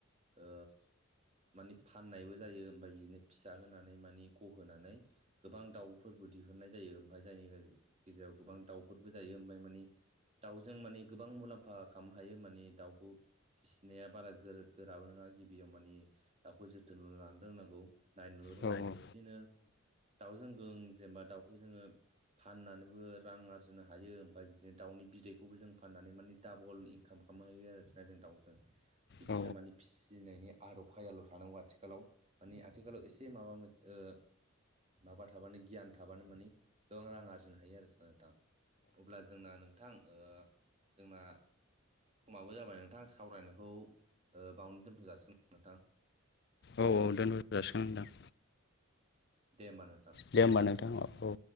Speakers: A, on the right; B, on the left.
A: ओ मानि फाननायबो जायो ओमफाय बिदिनो फिसा होनानै मानि गहोनानै गोबां दाउ फोरबो दिहुननाय जायो ओमफाय जायनि गेजेराव गोबां दाउफोरबो जायो ओमफाय मानि दाउजों माने गोबां मुलाम्फा खालामनो हायो माने दाउखौ फिनाया बारा गोर-गोराबो नङा गिबियाव माने दाउखौ जोथोनल' लानो रोंनांगौ। नायनोल' रोंनांगौ
B: औ उम
A: बिदिनो दाउजों गों जेनेबा दाउखौ जोङो फाननानैबो रां आरजिनो हायो ओमफाय बिदिनो दाउनि बिदैखौबो जों फाननानै माने डाबल इनकाम खामनो हायो आरोखि ना जों दाउजों बिदिनो
B: औ
A: माने फिसिनायनि आदब खायदाल' थानांगौ आथिखालाव मानि आथिखालाव एसे से माबा मोन ओ माबा थाबानो गियान थाबानो मानि गोबां रां आरजिनो हायो आरोखि ना नोंथां अब्ला जोंना नों थां ओ जोंना समाबो जाबाय नोंथां सावरायनायखौ ओ बावनो दोनथ' जासिगोन नोंथां
B: औ औ दोनथ' जासिगोन नोंथां
A: दे होमबा नोंथा
B: दे होमबा नोंथां औ औ